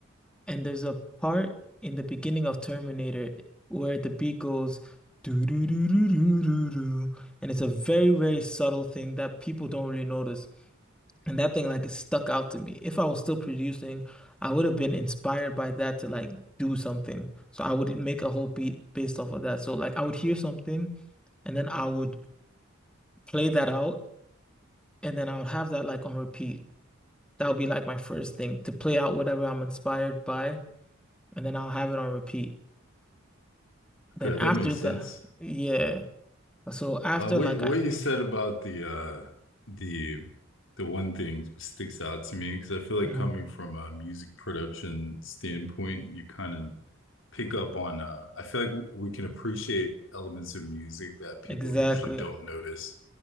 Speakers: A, in the centre; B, on the left.
A: And there's a part in the beginning of Terminator where the beat goes doo doo doo doo doo doo doo, and it's a very, very subtle thing that people don't really notice. And that thing like it stuck out to me. If I was still producing, I would have been inspired by that to like do something. So I would make a whole beat based off of that. So like I would hear something and then I would play that out and then I would have that like on repeat. that would be like my first thing to play out whatever I'm inspired by, and then I'll have it on repeat. Then
B: Okay,
A: after
B: that makes sense.
A: that, yeah. So after
B: Uh, what
A: like
B: what
A: I,
B: you said about the uh the the one thing sticks out to me because I feel like
A: Mhm.
B: coming from a music production standpoint, you kind of pick up on uh I feel like we can appreciate elements of music that people
A: exactly.
B: usually don't notice.